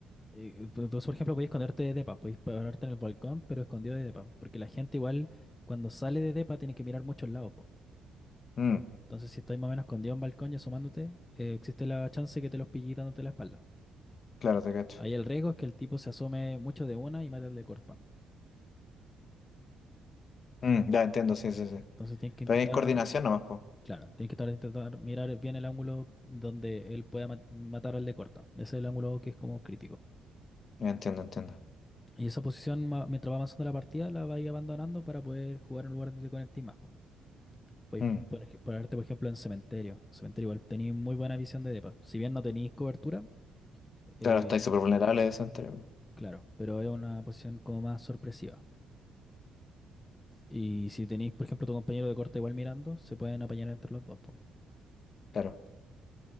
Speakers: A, on the left (about 20°); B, on the left (about 50°).
A: eh, pues, entonces, por ejemplo, podías esconderte de depa, podías pararte en el balcón, pero escondido de depa. Porque la gente igual cuando sale de depa tiene que mirar muchos lados, po.
B: Mm,
A: Entonces, si estás más o menos escondido en un balcón y asomándote, eh, existe la chance que te los pille dándote la espalda.
B: claro, te cacho.
A: Ahí el riesgo es que el tipo se asome mucho de una y mate al de corta.
B: Mm, ya entiendo, sí, sí, sí.
A: Entonces tienes que
B: Pero
A: intentar,
B: ahí es coordinación nomás, pues.
A: claro, tienes que estar- intentar mirar bien el ángulo donde él pueda ma- matar al de corta. Ese es el ángulo que es como crítico.
B: Ya entiendo, entiendo.
A: Y esa posición, ma- mientras va avanzando la partida, la vais abandonando para poder jugar en un lugar donde te conectes más. po. Podéis
B: Mm,
A: por ej- ponerte, por ejemplo, en cementerio. En cementerio igual tenéis muy buena visión de depa. Si bien no tenéis cobertura, eh,
B: claro, estáis súper vulnerables, ese entre-
A: Claro, pero es una posición como más sorpresiva. Y si tenéis, por ejemplo, tu compañero de corte igual mirando, se pueden apañar entre los dos, po.
B: Claro.